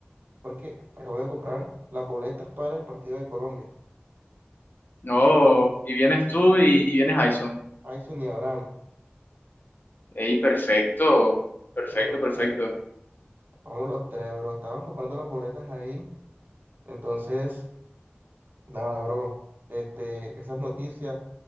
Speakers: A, on the right; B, on the left.
A: Porque acabo de comprar las boletas para el partido de Colombia.
B: No, y vienes tú y, y vienes Jason.
A: Ayson y Abraham.
B: Ey, perfecto, perfecto,
A: Vamos los
B: perfecto.
A: tres. Vamos los tres, bro. Estábamos comprando las boletas ahí. Entonces, nada, bro. Este, esas noticias.